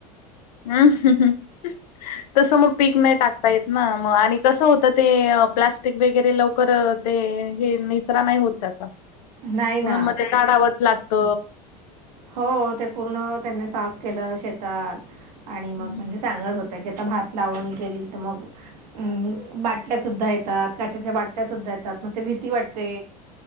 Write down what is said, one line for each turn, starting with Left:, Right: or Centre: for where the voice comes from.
Left: अम्म. तस मग पीक नाही टाकता येत. ना मग, आणि कसं होतं. ते प्लस्टिक वगैरे लवकर ते, हे निचरा नाही होत. त्याचा.
Right: नाही
Left: म्हणून
Right: ना
Left: मग ते काढावंच लागत.
Right: हो ते पूर्ण त्यांनी साफ केलं शेतात. आणि मग,
Left: हम्म.
Right: म्हणजे सांगत होत्या की, आता भात लावणी केली त. मग अ बाटल्या सुद्धा ये तात. काचेच्या बाटल्या सुद्धा येतात. मग ते भीती वाटते